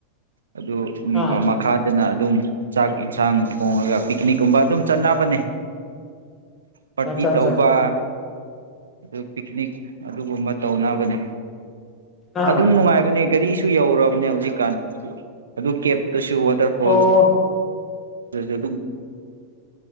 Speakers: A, on the right; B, on the left.
A: ꯑꯗꯨ
B: ꯑꯥ
A: ꯃꯈꯥꯗꯅ ꯑꯗꯨꯝ ꯆꯥꯛ ꯌꯦꯟꯁꯥꯡ ꯊꯣꯡꯉꯒ ꯄꯤꯛꯅꯤꯛꯀꯨꯝꯕ ꯑꯗꯨꯝ ꯆꯠꯅꯕꯅꯦ ꯄꯇ
B: ꯑꯠꯆꯥ ꯑꯠꯆꯥ
A: ꯇꯧꯕ ꯑꯗꯨ ꯄꯤꯛꯅꯤꯛ ꯑꯗꯨꯒꯨꯝꯕ ꯇꯧꯅꯕꯅꯦ
B: ꯑꯥ
A: ꯑꯗꯨꯝ ꯅꯨꯡꯉꯥꯏꯕꯅꯦ ꯒꯥꯔꯤ ꯀ ꯁꯨ ꯌꯧꯔꯕꯅꯦ ꯍꯧꯖꯤꯛꯀꯥꯟ ꯑꯗꯨ ꯀꯦꯞ ꯇꯨꯁꯨ ꯋꯥꯇꯔꯐꯣ
B: ꯑꯣ
A: ꯑꯗꯨ